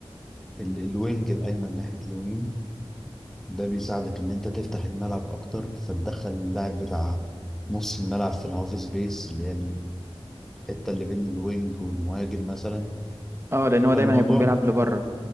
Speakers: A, in the centre; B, on the right.
A: ال... الوينج الأيمن ناحية اليمين ده بيساعدك إن أنت تفتح الملعب أكتر فتدخل اللاعب بتاع نص الملعب في الهاف سبيس اللي هي الحتة اللي بين الوينج والمهاجم مثلا
B: اه لان هو
A: فالموضوع
B: دايما هيكون بيلعب لبره